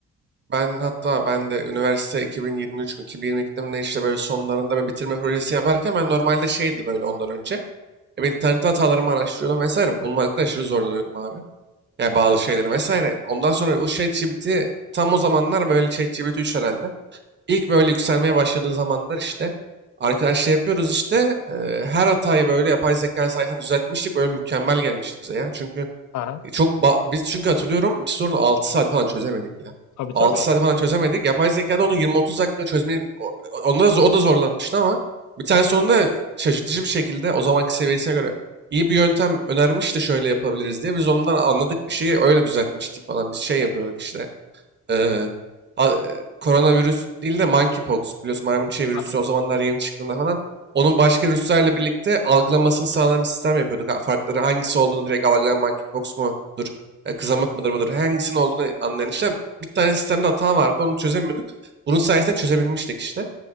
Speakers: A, on the right; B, on the left.
A: Ben hatta ben de üniversite 2023 mü 2022'de mi ne işte böyle sonlarında bir bitirme projesi yaparken ben normalde şeydi böyle ondan önce. E, ben internette hatalarımı araştırıyordum vesaire.
B: Hı hı.
A: Bulmakta aşırı zorlanıyordum abi. Yani bazı şeyleri vesaire. Ondan sonra o ChatGPT tam o zamanlar böyle ChatGPT 3 herhalde. İlk böyle yükselmeye başladığı zamanlar işte arkadaşlar yapıyoruz işte e, her hatayı böyle yapay zeka sayesinde düzeltmiştik. Böyle mükemmel gelmişti bize ya. Çünkü
B: Aha,
A: E, Çok ba- biz çünkü hatırlıyorum bir sorunu 6 saat falan çözemedik ya.
B: tabii
A: 6
B: tabii.
A: saat falan çözemedik. Yapay zekada onu 20-30 dakika çözmeyi o- onda da, o da zorlanmıştı ama bir tane sonunda şaşırtıcı bir şekilde o zamanki seviyesine göre iyi bir yöntem önermişti şöyle yapabiliriz diye. Biz ondan anladık bir şeyi öyle düzeltmiştik falan. Biz şey yapıyorduk işte. Ee, a- e, koronavirüs değil de monkeypox biliyorsun maymun çiğ virüsü
B: Aha,
A: o zamanlar yeni çıktığında falan. Onun başka virüslerle birlikte algılamasını sağlayan bir sistem yapıyorduk. Ha, Farkları hangisi olduğunu direkt algılayan monkeypox mudur, e, kızamık mıdır mıdır hangisinin olduğunu anlayan işte bir tane sistemde hata vardı onu çözemiyorduk. Bunun sayesinde çözebilmiştik işte.